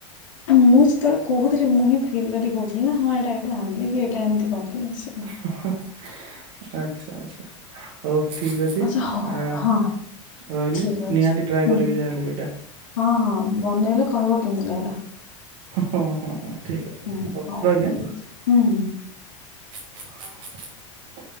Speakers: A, on the left; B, on the right.
A: ମୁଁ ଯେତେବେଳେ କହୁଥିଲି। ମୁଁ ହିଁ ଫିଲ୍ କରିକି କହୁଥିଲି ନା ହଁ ଏଇଟା ଏଇଠୁ ଆଣିଲି କି ଏଇଟା ଏମିତି କଲି ଆସି
B: <unintelligible> ଆଚ୍ଛା ଆଚ୍ଛା ହଉ। ଠିକ ଅଛି
A: ଆଚ୍ଛା ହଉ
B: ଆ
A: ହଁ
B: ରହିଲି
A: ଠିକ ଅଛି।
B: ନିହାତି ଟ୍ରାଏ
A: ହୁଁ
B: କରିବି ଯାହେଲେ ବି ଏଇଟା
A: ହଁ ହଁ ବନେଇଲେ କହିବ କେମିତି ଲାଗିଲା
B: ହୁଁ ହୁଁ ହୁଁ ଠିକ ଅଛି
A: ହୁଁ
B: ହଉ ରହିଲି।
A: ଠିକ ଅଛି ହୁଁ ହୁଁ।
B: <unintelligible>